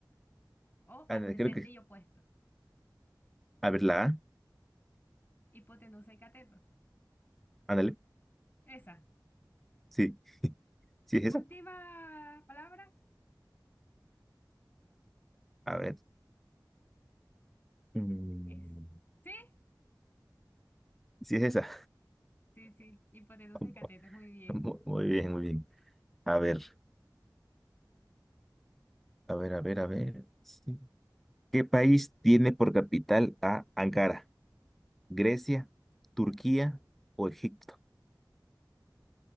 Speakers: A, on the left; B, in the centre.
A: O
B: ándale,
A: adyacente
B: creo que,
A: y opuesto.
B: a ver, la A,
A: Hipotenusa y catetos.
B: ándale,
A: Esa.
B: sí, sí es esa,
A: Última palabra
B: a ver, mm,
A: es. ¿Sí?
B: sí es esa,
A: Sí, sí. Hipotenusa
B: <laughs>
A: y catetos. Muy bien.
B: Mu- muy bien, muy bien, a ver, a ver, a ver, a ver, sí. ¿Qué país tiene por capital a Ankara? ¿Grecia, Turquía o Egipto?